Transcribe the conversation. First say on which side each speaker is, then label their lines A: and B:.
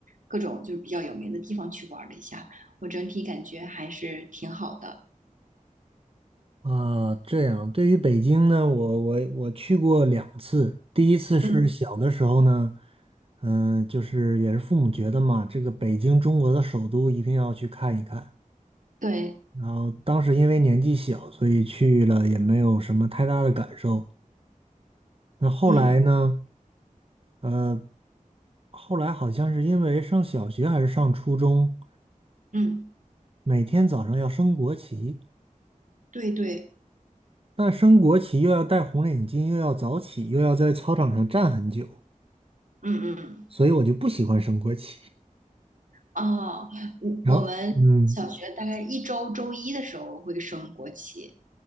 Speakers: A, on the right (about 65°); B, on the right (about 40°).
A: 各种就是比较有名的地方去玩了一下，我整体感觉还是挺好的。
B: 啊，这样，对于北京呢，我我我去过两次，第一次是小的时候呢，
A: 嗯，
B: 嗯，就是也是父母觉得嘛，这个北京中国的首都一定要去看一看。
A: 对，
B: 然后当时因为年纪小，所以去了也没有什么太大的感受。那后来呢，
A: 嗯
B: 呃，后来好像是因为上小学还是上初中。
A: 嗯，
B: 每天早上要升国旗，
A: 对对，
B: 那升国旗又要戴红领巾，又要早起，又要在操场上站很久，
A: 嗯嗯。
B: 所以我就不喜欢升国旗。
A: 哦，我我们小学大概一周周一的时候会升国旗，
B: 然后，嗯，